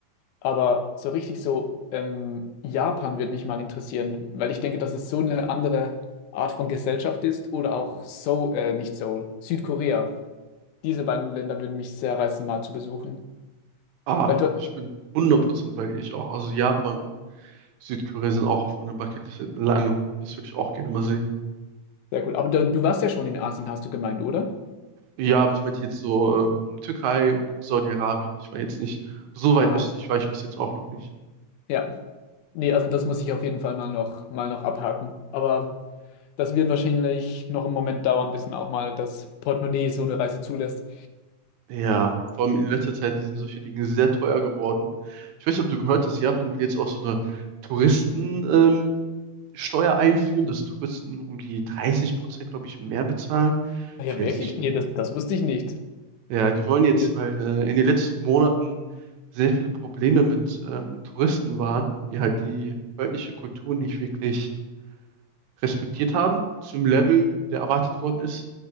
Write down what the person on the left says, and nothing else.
Aber so richtig so ähm, Japan würde mich mal interessieren, weil ich denke, dass es so eine andere Art von Gesellschaft ist oder auch Seoul, äh, nicht Seoul, Südkorea. Diese beiden Länder würden mich sehr reizen, mal zu besuchen.
Weil du,
sehr cool. Aber du, du warst ja schon in Asien, hast du gemeint, oder?
Ah,
ja. Nee, also das muss ich auf jeden Fall mal noch, mal noch abhaken. Aber Das wird wahrscheinlich noch einen Moment dauern, bis dann auch mal das Portemonnaie so eine Reise zulässt.
Ah Ja,
wirklich?
Nee,
das, das wusste ich nicht.
Das